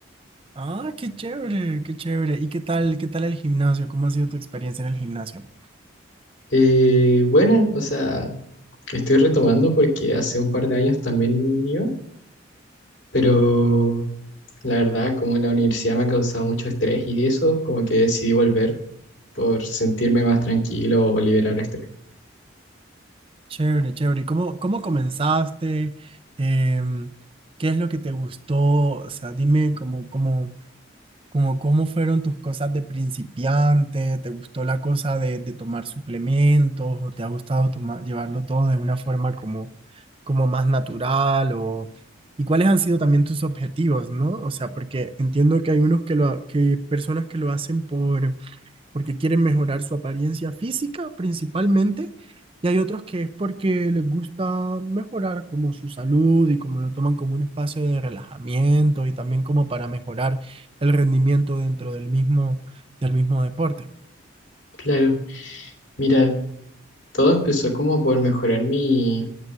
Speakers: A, on the right; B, on the left.
A: Ah, qué chévere, qué chévere. ¿Y qué tal, qué tal el gimnasio? ¿Cómo ha sido tu experiencia en el gimnasio?
B: Eh, bueno, o sea, estoy retomando porque hace un par de años también iba, pero la verdad como la universidad me ha causado mucho estrés y eso, como que decidí volver por sentirme más tranquilo o liberar estrés.
A: Chévere, chévere. ¿Y cómo, cómo comenzaste? Em, ¿qué es lo que te gustó? O sea, dime cómo, cómo, cómo, cómo fueron tus cosas de principiante. ¿Te gustó la cosa de, de tomar suplementos? ¿O te ha gustado tomar, llevarlo todo de una forma como, como más natural? O, ¿y cuáles han sido también tus objetivos, no? O sea, porque entiendo que hay unos que lo, ha- que personas que lo hacen por porque quieren mejorar su apariencia física principalmente, y hay otros que es porque les gusta mejorar como su salud y como lo toman como un espacio de relajamiento y también como para mejorar el rendimiento dentro del mismo, del mismo deporte.
B: Claro, mira, todo empezó como por mejorar mi,